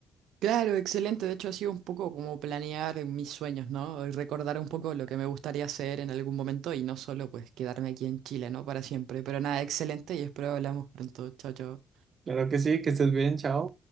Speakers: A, on the right; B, on the right.
A: Claro, excelente. De hecho, ha sido un poco como planear mis sueños, ¿no? Y Recordar un poco lo que me gustaría hacer en algún momento y no solo pues quedarme aquí en Chile, ¿no? Para siempre. Pero nada, excelente y espero hablamos pronto. Chao, chao.
B: Claro que sí, que estés bien, chao.